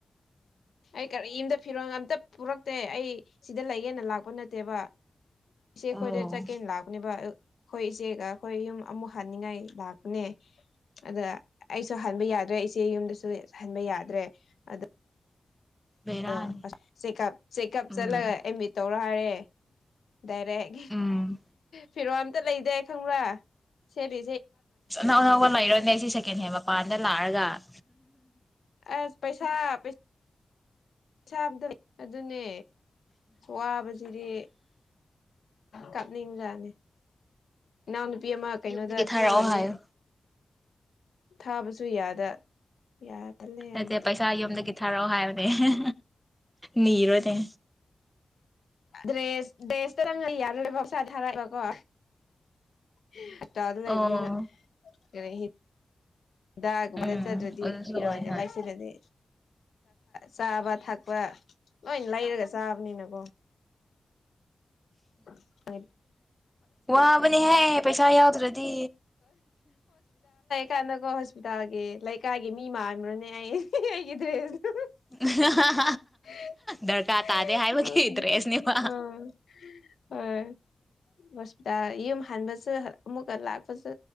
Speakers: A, on the left; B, in the centre.
A: ꯑꯩ ꯀꯔꯤꯝꯇ ꯐꯤꯔꯣꯟꯒ ꯑꯝꯇ ꯄꯨꯔꯛꯇꯦ ꯑꯩ ꯁꯤꯗ ꯂꯩꯒꯦꯅ ꯂꯥꯛꯄ ꯅꯠꯇꯦꯕ ꯏꯦ ꯑꯩꯈꯣꯏꯗ
B: ꯑꯣ
A: ꯆꯠꯀꯦꯅ ꯂꯥꯛꯀꯅꯦꯕ ꯑꯩꯈꯣꯏ ꯏꯆꯦꯒ ꯑꯩꯈꯣꯏ ꯌꯨꯝ ꯑꯃꯨꯛ ꯍꯟꯅꯤꯡꯉꯥꯏ ꯂꯥꯛꯄꯅꯦ ꯑꯗ ꯑꯩꯁꯨ ꯍꯟꯕ ꯌꯥꯗ꯭ꯔꯦ ꯏꯆꯦ ꯌꯨꯝꯗꯁꯨ ꯍꯟꯕ ꯌꯥꯗ꯭ꯔꯦ ꯑꯗ
B: ꯕꯦꯔꯥꯅꯤ
A: ꯑ ꯆꯦꯀꯞ ꯆꯦꯛꯀꯞ
B: ꯎꯝ
A: ꯆꯠꯂꯒ ꯑꯦꯃꯤꯠ ꯇꯧꯔ ꯍꯥꯏꯔꯦ <inaudible> ꯗꯥꯏꯔꯦꯛ
B: ꯎꯝ
A: ꯐꯤꯔꯣ ꯑꯝꯇ ꯂꯩꯗꯦ ꯈꯪꯕ꯭ꯔꯥ ꯁꯔꯤ
B: ꯑꯅꯧ ꯑꯅꯧꯕ ꯂꯩꯔꯣꯅꯦ ꯁꯤ ꯁꯦꯀꯦꯟ ꯍꯦꯟ ꯗꯥ ꯂꯛꯑꯔꯒꯥ
A: ꯑꯁ ꯄꯩꯁꯥ ꯄꯩꯁ ꯁꯥꯕꯗ ꯑꯗꯨꯅꯦ ꯋꯥꯕꯁꯤꯗꯤ ꯀꯞꯅꯤꯡꯕꯥꯖꯅꯦ ꯏꯅꯥꯎ ꯏꯕꯦꯝꯃꯥ ꯀꯩꯅꯣꯗ
B: ꯌꯨꯝꯗꯒꯤ
A: ꯊꯥꯡꯃꯩꯕꯟꯗ
B: ꯊꯥꯔꯛꯑꯣ ꯍꯥꯏꯌꯣ
A: ꯊꯥꯕꯁꯨ ꯌꯥꯗ ꯌꯥ ꯇꯜꯂꯦ ꯌꯥꯝ
B: ꯅꯠꯇ ꯄꯩꯁꯥ ꯑꯣꯗ ꯊꯥꯔꯛꯑꯣ ꯍꯥꯏꯕꯅꯦ ꯅꯤꯔꯣꯅꯦ
A: ꯗ꯭ꯔꯦꯁ ꯗ꯭ꯔꯦꯁꯇ ꯅꯪ ꯌꯥꯔꯕꯁ ꯊꯔꯑꯒꯀꯣ <inaudible> ꯗ ꯂꯩꯕꯅꯤꯅ
B: ꯑꯣ
A: <inaudible> ꯗꯥꯒꯨꯝꯕꯗ
B: ꯎꯝ
A: ꯆꯗ꯭ꯔꯗꯤ
B: ꯑꯗꯨꯁꯨ
A: ꯐꯤꯔꯣꯟꯒ
B: ꯑꯣꯏ ꯍꯣꯏ
A: ꯂꯥꯏꯁꯤꯗꯗꯤ ꯆꯥꯕ ꯊꯛꯄ ꯂꯣꯏ ꯂꯩꯔꯒ ꯆꯥꯕꯅꯤꯅꯀꯣ <unintelligible>
B: ꯋꯥꯕꯅꯦꯍꯦ ꯄꯩꯁꯥ ꯌꯥꯎꯗ꯭ꯔꯗꯤ
A: ꯀꯥꯟꯗꯀꯣ ꯍꯣꯁꯄꯤꯇꯥꯜꯒꯤ ꯂꯩꯀꯥꯏꯒꯤ ꯃꯤ ꯃꯥꯟꯕ꯭ꯔꯅꯦ ꯑꯩ ꯑꯩꯒꯤ <unintelligible>
B: <unintelligible>
A: <unintelligible>
B: ꯗꯔꯀꯥꯔ ꯇꯥꯗꯦ ꯍꯥꯏꯕꯒꯤ
A: <unintelligible>
B: ꯗ꯭ꯔꯦꯁꯅꯦꯕ
A: ꯑꯥ ꯍꫭꯏ ꯍꯁꯄꯤꯇꯜ ꯌꯨꯝ ꯍꯟꯕꯁꯨ ꯑꯃꯨꯛꯀ ꯂꯥꯛꯄꯁꯨ